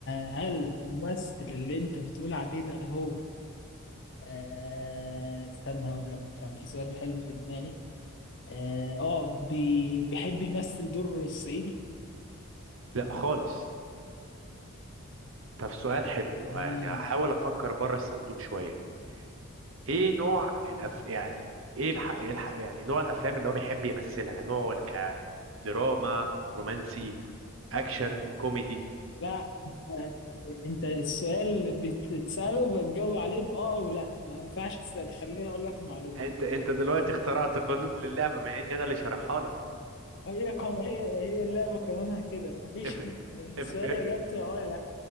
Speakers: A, on the left (about 55°); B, on the right (about 65°).
A: هل الممثل اللي انت بتقول عليه ده هو آه استنى هقول لك كان في سؤال حلو في دماغي اه آه، بي... بيحب يمثل دور الصعيدي
B: لا خالص طب سؤال حلو
A: امم
B: يعني هحاول أفكر بره الصندوق شوية ايه نوع الأف... يعني ايه الح... إيه الح... يعني نوع الافلام اللي هو بيحب يمثلها نوعه كدراما رومانسي اكشن كوميدي
A: لا انت انت السؤال اللي بتسأله بتجاوب عليه بآه ولا ما ينفعش تسأل تخليني اقول لك معلومة
B: انت انت دلوقتي اخترعت قانون للعبه مع اني انا اللي شرحها لك
A: هي قان- هي هي اللعبة قانونها كده مفيش
B: اف...
A: السؤال
B: اف... إف-
A: اجابته اه يا لا